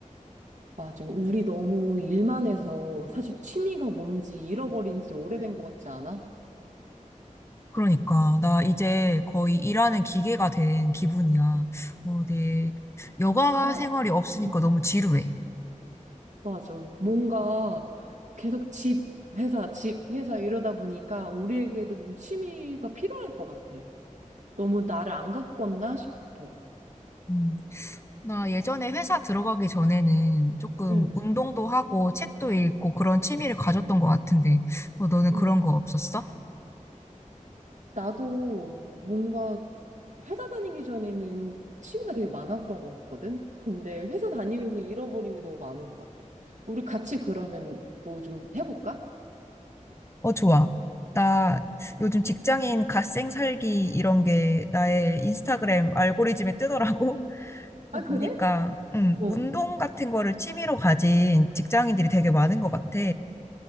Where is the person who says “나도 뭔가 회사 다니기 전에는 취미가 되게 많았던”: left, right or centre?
Right